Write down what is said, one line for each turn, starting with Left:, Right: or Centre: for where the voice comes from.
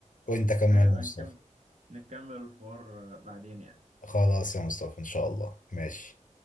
Left: وانت كمان
Right: هنبقى
Left: يا مصطفى
Right: نكمل نكمل الحوار آه، بعدين يعني
Left: خلاص يا مصطفى ان شاء الله ماشي